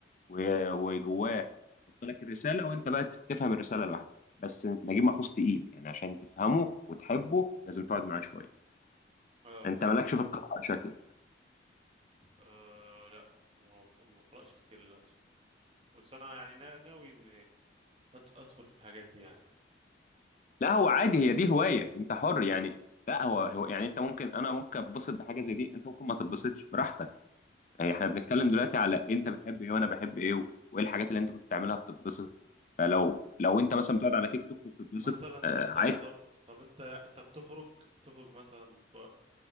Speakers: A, on the left; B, on the right.
A: و- وجواه يحط لك الرساله وانت بقى تفهم الرساله لوحدك بس نجيب محفوظ تقيل يعني عشان تفهمه وتحبه لازم تقعد معاه شويه
B: اه
A: انت مالكش في القراءه شكلك
B: آه لا ما ما بقراش كتير للاسف بس انا يعني نا- ناوي اني أت- ادخل في الحاجات دي
A: لا هو عادي
B: يعني
A: هي دي هوايه انت حر يعني لا هو هو يعني انت ممكن انا ممكن اتبسط بحاجه زي دي انت ممكن ما تتبسطش براحتك يعني احنا بنتكلم دلوقتي على انت بتحب ايه وانا بحب ايه و- وايه الحاجات اللي انت كنت بتعملها بتتبسط فلو لو انت مثلا بتقعد على تيك توك وبتتبسط
B: مثلا
A: آه
B: انت
A: عادي
B: طب طب انت انت بتخرج بتخرج مثلا ف